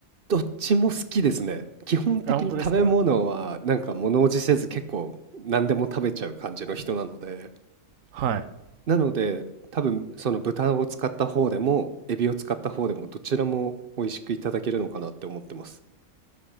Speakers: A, on the right; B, on the right.
A: どっちも好きですね。基本的に食べ物はなんか物おじせず結構何でも食べちゃう感じの人なので、
B: あ、本当ですかはい。
A: なので多分その豚を使った方でもエビを使った方でもどちらも美味しくいただけるのかなって思ってます。